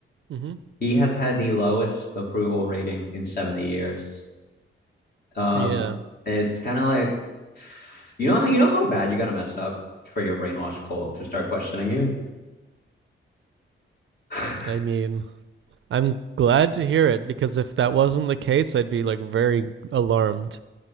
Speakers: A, on the right; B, on the left.
A: Mm-hmm.
B: He has had the lowest approval rating in 70 years. Um,
A: Yeah,
B: it's kind of like you know how you know how bad you got to mess up for your brainwash cult to start questioning you. <laughs>
A: I mean, I'm glad to hear it because if that wasn't the case, I'd be like very alarmed.